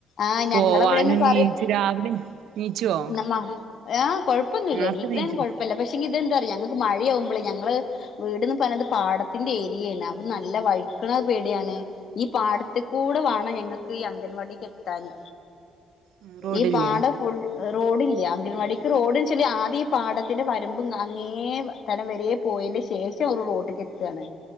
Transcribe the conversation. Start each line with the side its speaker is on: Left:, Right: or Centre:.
Left: ആഹ് ഞങ്ങളവിടെന്ന്
Right: പോവാനും
Left: പറയും
Right: നീച്ച് രാവിലെ നീച്ചുവോ?.
Left: നമ്മ ആഹ് കുഴപ്പമില്ല.
Right: നേർത്തെ
Left: എണിക്കുന്നതിനി ഇടടെയന്നും
Right: നീച്ചും
Left: കുഴപ്പമില്ല പക്ഷെ ഇതെന്താ പറയാ ഞങ്ങക്ക് മഴയാവുമ്പളേ ഞങ്ങള് വീട്ന്ന് പറഞ്ഞത് പാടത്തിന്റെ ഏരിയാണ് അത് നല്ല വഴിക്കണത് പേടിയാണ്. ഈ പാടത്തിൽ കൂടെ വേണം, ഞങ്ങക്ക് ഈ അംഗൻവാടിക്ക് എത്താന്.
Right: ഉം റോഡില്ലേ
Left: ഈ പാടം. ഫുൾ റോഡില്ല അങ്കണവാടിക്ക് റോഡ്ചാല് ആദ്യയി പാടത്തിന്റെ വരമ്പ് അങ്ങേ തലം വരേ. പോയന്റെ ശേഷം ഒരു റോഡ് കെട്ടാണ്.